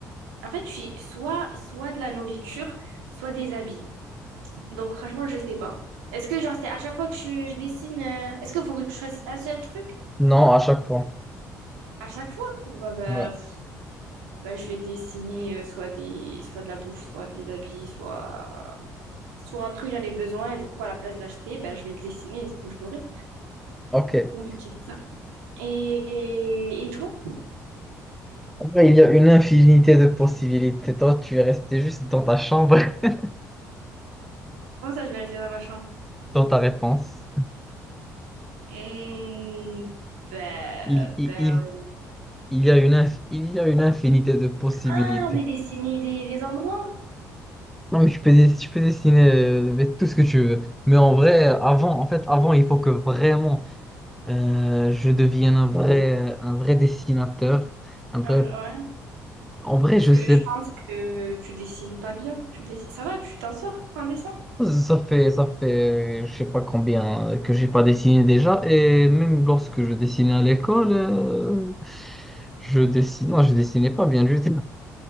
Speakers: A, on the right; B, in the centre.
A: En fait, je suis soit, soit de la nourriture, soit des habits. Donc, franchement, je sais pas. Est-ce que, genre, c'est à chaque fois que je, je dessine... euh, Est-ce qu'il faut que je choisisse un seul truc?
B: Non, à chaque
A: Ou
B: fois.
A: à chaque fois? Bah, bah,
B: Ouais,
A: pff, bah, je vais dessiner euh, soit des... soit de la bouffe, soit des habits, soit... Soit un truc, j'en ai besoin, et du coup, à la place de l'acheter, ben je vais le dessiner, et du coup, je l'aurai.
B: ok.
A: Donc, je dirais ça. Et, et, et toi?
B: En vrai, il y a une infinité de possibilités. Toi, tu es resté juste dans ta chambre, <laughs>
A: Comment ça, je vais rester dans ma chambre?
B: dans ta réponse.
A: Mmh, bah,
B: Il,
A: bah,
B: il, il,
A: ou-
B: il y a une, inf- il y a une infinité de possibilités.
A: Ah, mais dessiner des, des endroits.
B: Non, mais tu peux, dess- tu peux dessiner euh, mais tout ce que tu veux. Mais en vrai, avant, en fait, avant, il faut que vraiment Euh, je devienne un vrai, euh, un vrai dessinateur. Un vrai...
A: ah, ouais.
B: En vrai,
A: Parce
B: je
A: que
B: sais
A: je pense que tu dessines pas bien. Tu dessines... Ça va, tu t'en sors en dessin?
B: pas, ça fait, ça fait, je sais pas combien que j'ai pas dessiné déjà. Et même lorsque je dessinais à l'école, euh, je dessinais, non, je dessinais pas bien du tout.